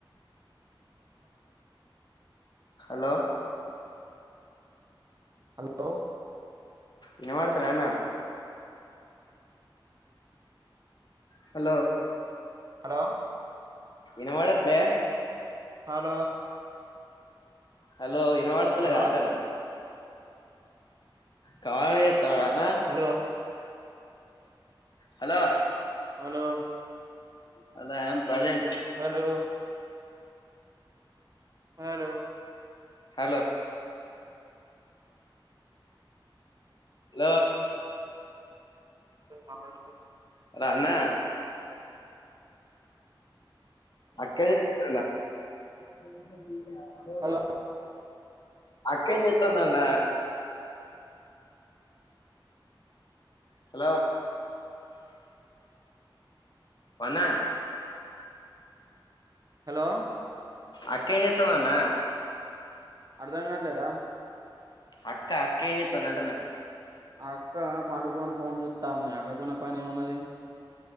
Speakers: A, on the left (about 55°); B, on the right (about 45°).
A: హలో
B: హలో
A: ఇనబడత లేదా అన్న హలో
B: హలో
A: ఇనవాడట్లే
B: హలో
A: హలో ఇనోవాడుతులేదా
B: హలో
A: అంటేనా కామెడీ చేతనవన్న
B: hello
A: hello
B: hello
A: hello I'm present.
B: Hello hello
A: hello లో
B: హలో
A: హాలో అన్న అక్క జెప్పి <unintelligible>
B: హలో హలో
A: అక్కెం చెత్తందన్న. హాలో వో అన్న
B: హలో
A: అక్కెం చెత్తాందన్న.
B: అర్ధం కావట్లేరా.
A: అక్కా, అక్కెం చేత్తాంది అంటన్నా.
B: ఆ అక్క పండుకొని ఫోన్ చుత్తాంది, అక్కకున్న పని ఏమున్నది.